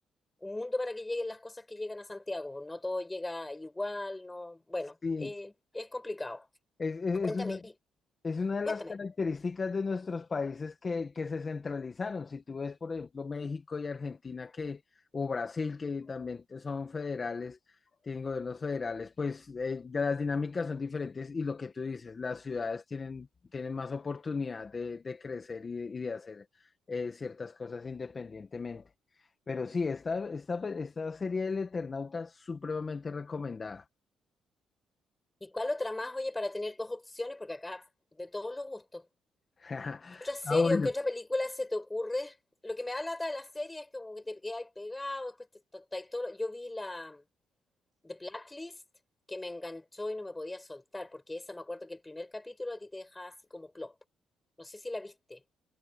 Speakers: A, on the left (about 15°); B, on the left (about 35°).
A: un mundo para que lleguen las cosas que llegan a Santiago. No todo llega igual, no. Bueno,
B: Sí,
A: eh, es complicado.
B: es, es,
A: Cuéntame,
B: es una-
A: y,
B: Es una
A: cuéntame.
B: de las características de nuestros países que, que se centralizaron. Si tú ves, por ejemplo, México y Argentina que, o Brasil, que también te- son federales, tienen gobiernos federales, pues eh, ya las dinámicas son diferentes y lo que tú dices, las ciudades tienen, tienen más oportunidad de, de crecer y, de y de hacer eh, ciertas cosas independientemente. Pero sí, esta, esta, esta serie del Eternauta es supremamente recomendada.
A: ¿Y cuál otra más, oye, para tener dos opciones? Porque acá de todos los gustos.
B: <laughs>
A: ¿Qué otra serie
B: Ah, bueno.
A: o qué otra película se te ocurre? Lo que me da lata de la serie es que como que te quedas pegado, después te, to- te- todo. lo- Yo vi la The Blacklist que me enganchó y no me podía soltar, porque esa me acuerdo que el primer capítulo a ti te dejaba así como plop. No sé si la viste.